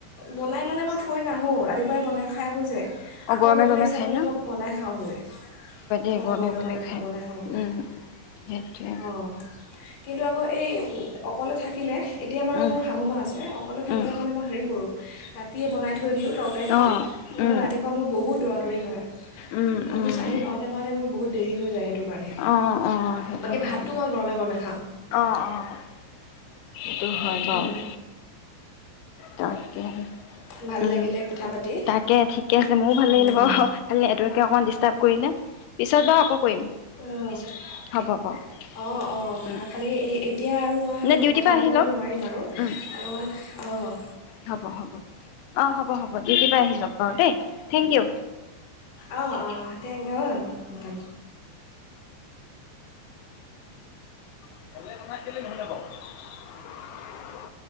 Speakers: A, on the left (about 60°); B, on the left (about 85°).
A: বনাই মানে মই থৈ নাহোঁ ৰাতিপুৱাই বনাই খাই আহো যে
B: অ
A: আকৌ
B: গৰমে
A: গৈ
B: গৰমে
A: পেলাই ইচ্ছা
B: খায়
A: গলে মই বনাই খাওঁগৈ।
B: এই
A: অঁ
B: গমে
A: গৰমে
B: গমে
A: গৰমে
B: খায়,
A: খাওঁ বনাই খাওঁগৈ
B: উম হেটোৱে
A: অঁ কিন্তু আকৌ এই উম অকলে থাকিলে এতিয়া বাৰু
B: উম
A: মোৰ শাহু মা আছে, অকলে থাকিলে
B: উম
A: মানে মই হেৰি কৰোঁ, ৰাতিয়ে বনাই থৈ দিলো তৰকাৰীখন,
B: অ
A: নহলে
B: উম
A: ৰাতিপুৱা মোৰ বহুত দৌৰা দৌৰি হয়।
B: উম উম।
A: অফিচ আহি পাওঁতে পাওঁতে মোৰ বহুত দেৰি হৈ যায় সেইটো কাৰণে
B: অ' অ' সেইটো
A: বাকী
B: হয়
A: ভাতটো
B: বাৰু।
A: মই গৰমে গৰমে খাওঁ
B: অ' অ', সেইটো হয় বাৰু।
A: উম,
B: তাকেহে,
A: ভাল
B: উম
A: লাগিলে কথা পাতি
B: তাকে ঠিকে আছে ময়ো ভাল
A: উম,
B: লাগিলে বাৰু, খালি নেটৱৰ্কে অকণমান ডিষ্টাৰ্ব কৰিলে, পিছত বাৰু আকৌ কৰিম।
A: অ', পিছত বাৰু আকৌ
B: হ'ব
A: কৰিম।
B: বাৰু
A: অ'
B: উম,
A: অ' খালী এ এই এতিয়া আৰু মই
B: নে ডিউটিৰ
A: কথা
B: পৰা আহি
A: পাতিবলৈ
B: লওক
A: নোৱাৰিম আৰু
B: উম,
A: অলমান অ'।
B: হ'ব হ'ব। অ', হ'ব হ'ব, ডিউটিপা আহি লওক বাৰু দেই, থেংক ইউ।
A: অ' অ' ঠেং অ' কাম
B: <unintelligible>